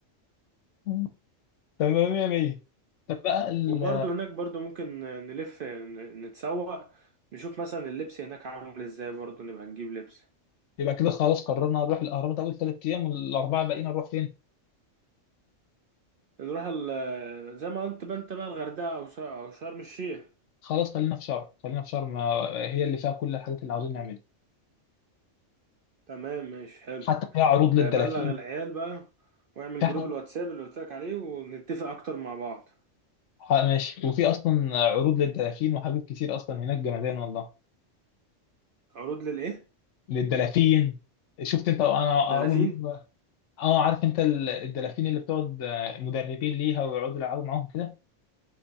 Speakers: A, on the left; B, on the right.
A: <laughs> تمام يا مية طب بقى ال...
B: وبرضه هناك برضه ممكن نلف ن- نتسوق نشوف مثلا اللبس هناك عامل ازاي برضه نبقى نجيب لبس
A: يبقى كده خلاص قررنا نروح الاهرامات اول ثلاث ايام والاربعه الباقيين نروح فين
B: نروح ال... زي ما انت بقى انت بقى الغردقة او ش- او شرم الشيخ
A: خلاص خلينا في شرم خلينا في شرم آه، هي اللي فيها كل الحاجات اللي عاوزين نعملها
B: تمام ماشي حلو
A: حتى فيها عروض للدلافين
B: آه، بلغ العيال بقى واعمل
A: في
B: جروب
A: حق...
B: الواتساب اللي قلت لك عليه ونتفق اكتر مع بعض
A: حق- ماشي وفي اصلا عروض للدلافين وحاجات كتير اصلا هناك جمدان والله
B: عروض للايه
A: للدلافين شفت انت انا
B: دلافين
A: اول مره اه عارف انت ال- الدلافين اللي بتقعد آه، مدربين ليها ويقعدوا يلعبوا معاهم كده